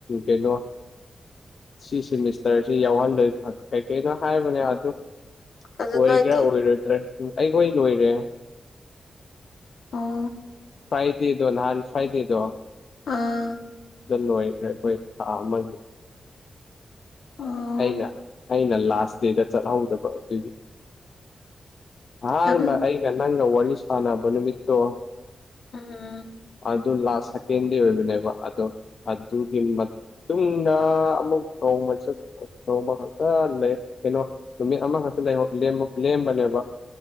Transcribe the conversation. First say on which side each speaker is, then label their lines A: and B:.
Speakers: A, on the left; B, on the left.
A: ꯀꯩꯅꯣ ꯁꯤ ꯁꯤꯦꯃꯤꯁꯇꯔꯁꯤ ꯌꯥꯎꯍꯜꯂꯣꯏ ꯈꯪꯦ ꯀꯩꯀꯩꯅꯣ ꯍꯥꯏꯕꯅꯦ ꯑꯗꯨ
B: ꯑꯗꯨ
A: ꯑꯣꯏꯒꯦꯔꯥ
B: ꯅꯣꯏꯗꯤ
A: ꯑꯣꯏꯔꯣꯏꯗ꯭ꯔꯦ ꯎ ꯑꯩ ꯍ ꯂꯣꯏꯔꯦ
B: ꯑꯣ <inaudible>
A: ꯐꯥꯏꯗ ꯏꯣ ꯅꯥꯟ ꯐꯥꯏꯗ ꯏꯣ
B: ꯑꯥ <unintelligible> <inaudible>
A: ꯂꯣꯏꯈ꯭ꯔꯦ ꯑꯩꯈꯣꯏ ꯊꯥ ꯑꯃꯒꯤ
B: ꯑꯣ
A: ꯑꯩꯅ ꯑꯩꯅ ꯂꯥꯁ ꯗꯦꯗ ꯆꯠꯍꯧꯗꯕ ꯑꯗꯨꯒꯤ ꯍꯥꯃ
B: ꯅꯪ
A: ꯑꯩꯒ ꯅꯪ ꯋꯥꯂꯤ ꯁꯅꯕꯅꯤꯃꯤꯠꯇꯣ
B: ꯑꯝ <unintelligible> <inaudible>
A: ꯑꯗꯨ ꯂꯥꯁ ꯁꯦꯀꯦꯟꯗꯤ ꯑꯣꯏꯕꯅꯦꯕ ꯑꯗꯣ ꯑꯗꯨꯒꯤ ꯇꯨꯡꯗ ꯑꯃꯨꯛ ꯅꯣꯡꯃ ꯆꯠ ꯅꯣꯡꯃ ꯈꯛꯇ ꯂꯩ ꯀꯩꯅꯣ ꯅꯨꯃꯤꯠ ꯑꯃꯈꯛꯇ ꯂꯦꯝꯕꯅꯦꯕ